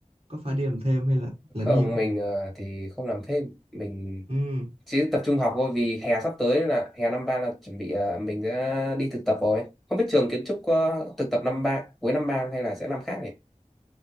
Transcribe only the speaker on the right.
có phải đi làm thêm hay là làm
gì không
Ừ.